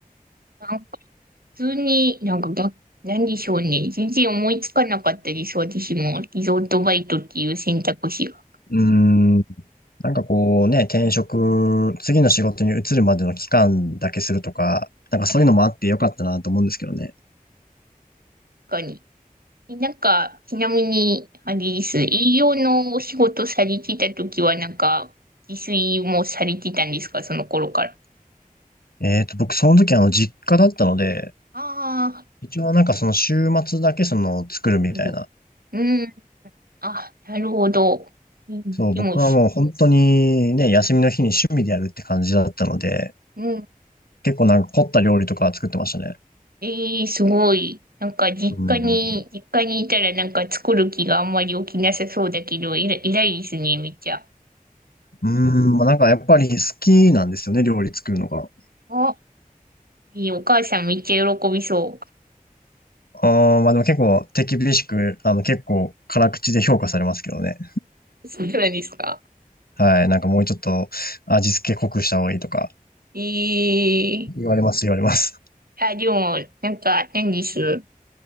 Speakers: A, on the right; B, on the left.
A: なん普通になんかが、何でしょうね。全然思いつかなかったです。私も。リゾートバイトっていう選択肢が。
B: うーん。なんかこうね、転職、次の仕事に移るまでの期間だけするとか、なんかそういうのもあってよかったなと思うんですけどね。
A: 他に。えなんか、ちなみに、あれです。営業のお仕事されてた時は、なんか、自炊もされてたんですかその頃から。
B: えっと、僕その時あの実家だったので、
A: ああ、
B: 一応なんかその週末だけその作るみたいな。
A: うん。うんあ、なるほど。うんでもし、
B: そう、僕はもう本当にね、休みの日に趣味でやるって感じだったので、
A: うん。
B: 結構なんか凝った料理とか作ってましたね。
A: ええすごい。なんか、実家に、
B: うん。
A: 実家にいたら、なんか作る気があんまり起きなさそうだけど、えら、偉いですね、めっちゃ。
B: うん、まあ、なんかやっぱり好きなんですよね、料理作るのが。
A: あ、いい、お母さんめっちゃ喜びそ
B: あーまあでも結構手厳しく、あの結構辛口で評価されますけどね。
A: う。そうなんですか。
B: はい。なんかもうちょっと味付け濃くした方がいいとか
A: ええ
B: 言われます、言われます。
A: あ、でも、なんか、何です。